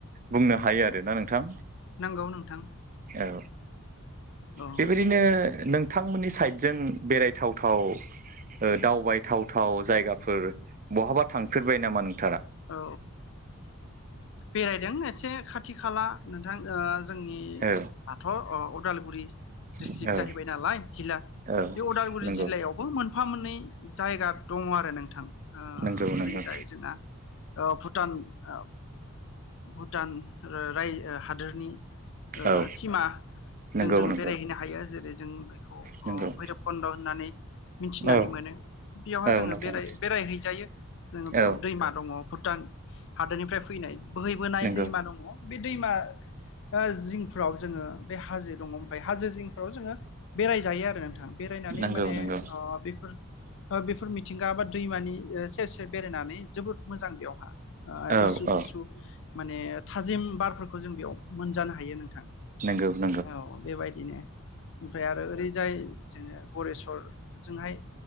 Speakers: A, on the right; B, on the left.
A: बुंनो हायो आरो ना नोंथां
B: नंगौ नोंथां
A: औ
B: औ
A: बेबायदिनो नोंथांमोननि साइड जों बेरायथावथाव ओ दावबाय थाव थाव जायगाफोर बहाबा थांफेरबाय नामा नों-
B: औ बेरायदों एसे खाथि खाला नोंथां ओ जोंनि
A: औ
B: आथ' अदालगुरि डिस्ट्रिक्ट
A: औ
B: जाहैबाय नालाय जिल्ला
A: औ
B: बे उदालगुरि
A: नंगौ
B: जिल्लायावबो मोनफा मोननै जायगा दङ आरो नोंथां ओ
A: नंगौ
B: ओरै
A: नंगौ
B: जायो जोंना ओ भुटान ओ भुटान राय हादोरनि ओ
A: औ
B: सिमा जों
A: नंगौ
B: जोङो
A: नंगौ
B: बेरायहैनो हायो जेरै जों बेखौ
A: नंगौ
B: भैरब कन्द होननानै मिनथिनानै
A: औ
B: मोनो बेयावहा
A: औ
B: जोङो
A: नोंथां
B: बेराय बेरायहैजायो जोङो बेयाव
A: औ
B: दैमा दङ भुटान हादोरनिफ्राय फैनाय बोहैबोनाय
A: नंगौ
B: दैमा दङ बे दैमा ओ जिंफ्राव जोङो बे हाजो दङ ओमफ्राय हाजो जिंफ्राव जोङो बेरायजायो आरो नोंथां बेरायनानै
A: नंगौ
B: माने
A: नंगौ
B: ओ बेफोर ओ बेफोर मिथिंगा बा दैमानि ओ सेर सेर बेरायनानै जोबोद मोजां बेवहा
A: औ
B: गुसु
A: औ
B: गुसु माने थाजिम बारफोरखौ जों बेयाव मोनजानो हायो नोंथां
A: नोंगौ
B: औ बेबायदिनो ओमफ्राय आरो ओरैजाय जोङो गरेस्वरजोंहाय